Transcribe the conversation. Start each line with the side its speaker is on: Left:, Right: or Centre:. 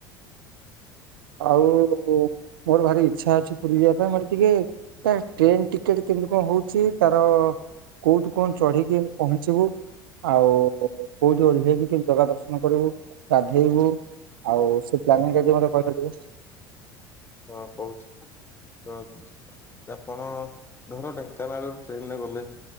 Right: ଆଉ ମୋର ଭାରି ଇଚ୍ଛା ଅଛି ପୁରୀ ଯିବା ପାଇଁ ମୋର୍ ଟିକେ ତା ଟ୍ରେନ୍ ଟିକେଟ୍ କେମିତି କଣ ହୋଉଚି, ତାର କୋଉଠି କଣ ଚଢିକି ପହଞ୍ଚ୍ ଚିବୁ, ଆଉ କୋଉଠି ଓହ୍ଲେଇ କି ଜଗା ଦର୍ଶନ କରିବୁ, ଗାଧେଇବୁ ଆଉ ସେ ପ୍ଲାନିଂ ଯଦି ମତେ କହିପାରିବେ?
Left: ହଁ କହୁଚି। ହଁ ଆପଣ ଧର ଢେଙ୍କାନାଳରୁ ଟ୍ରେନ୍ ରେ ଗଲେ